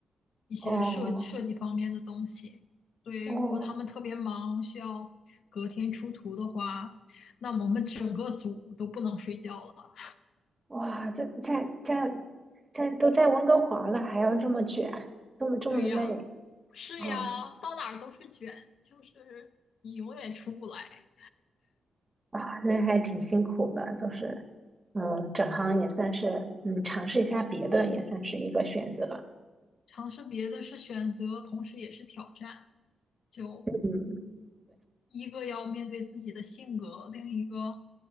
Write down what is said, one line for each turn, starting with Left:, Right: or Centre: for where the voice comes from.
Left: 一些设设计方面的东西。
Right: 哦
Left: 对，
Right: 哦，
Left: 如果他们特别忙，需要隔天出图的话，那我们整个组都不能睡觉了。
Right: 哇，这在在在都在温哥华了，还要这么卷，这么这么累
Left: 对呀，是呀，
Right: 啊
Left: 到哪儿都是卷，就是你永远出不来。
Right: 啊，那还挺辛苦的，就是嗯，整行也算是嗯，尝试一下别的也算是一个选择。
Left: 尝试别的是选择，同时也是挑战，就
Right: 嗯。
Left: 一个要面对自己的性格，另一个